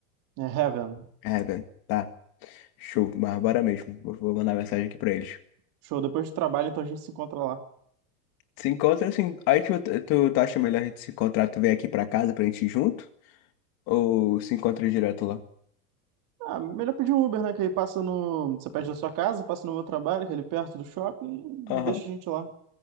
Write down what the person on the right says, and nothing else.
É Heaven.
Show. Depois do trabalho, então a gente se encontra lá.
Ah, melhor pedir um Uber, né? Que aí passa no. Você pede da sua casa, passa no meu trabalho, que é ali perto do shopping,
e deixa a gente lá.